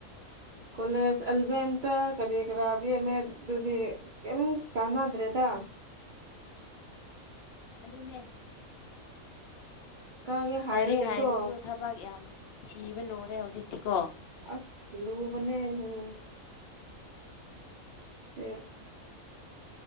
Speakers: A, on the right (about 70°); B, on the left (about 65°).
A: ꯀꯣꯂꯦꯖ, ꯑꯦꯜꯚꯦꯟ, ꯇ꯭ꯋꯦꯜꯐ ꯀꯔꯤ ꯀꯔꯥ ꯕꯤ ꯌꯦ ꯑꯦꯝ ꯃꯦꯠ ꯗꯨꯗꯤ ꯀꯦꯝ ꯀꯥꯟꯅꯗ꯭ꯔꯦꯗꯥ
B: ꯑꯗꯨꯅꯦ
A: ꯀꯥꯒꯦ ꯍꯥꯏꯔꯗꯤꯀꯣ
B: ꯂꯥꯏꯔꯤꯛ ꯍꯥꯏꯔꯁꯨ ꯊꯕꯥꯛ ꯌꯥꯝ ꯊꯤꯕ ꯂꯨꯔꯦ ꯍꯧꯖꯤꯛꯇꯤꯀꯣ
A: ꯑꯁ ꯂꯨꯕꯅꯦ ꯎꯝ ꯆꯦ <unintelligible>